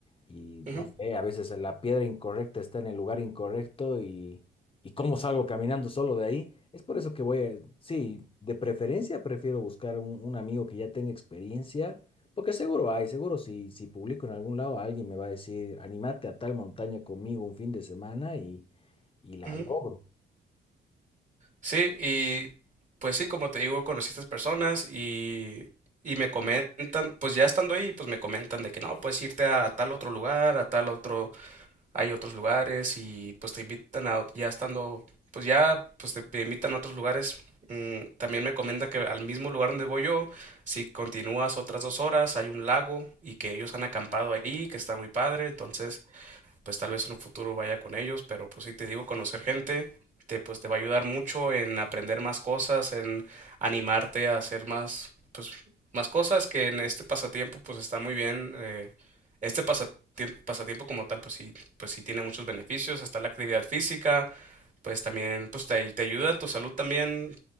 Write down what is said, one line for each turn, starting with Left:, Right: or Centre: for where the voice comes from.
Left: Y
Right: ujú,
Left: no sé, a veces la piedra incorrecta está en el lugar incorrecto y, y cómo salgo caminando solo de ahí. Es por eso que voy a, sí, de preferencia prefiero buscar un, un amigo que ya tenga experiencia, porque seguro hay, seguro si, si publico en algún lado, alguien me va a decir, animate a tal montaña conmigo un fin de semana y, y la
Right: ujú.
Left: logro.
Right: Sí, y pues sí, como te digo, conocí a estas personas y, y me comentan, pues ya estando ahí, pues me comentan de que no, puedes irte a, tal otro lugar, a tal otro hay otros lugares y pues te invitan a, ya estando, pues ya, pues te, te invitan a otros lugares. Mm, también me comentan que al mismo lugar donde voy yo, si continúas otras dos horas, hay un lago y que ellos han acampado ahí, que está muy padre. Entonces, pues tal vez en un futuro vaya con ellos, pero pues sí te digo, conocer gente te, pues te va a ayudar mucho en aprender más cosas, en animarte a hacer más, pues, más cosas que en este pasatiempo pues está muy bien. eh, este pasatiem- pasatiempo como tal pues sí, pues sí tiene muchos beneficios, está la actividad física, pues también pues te, te ayuda en tu salud también,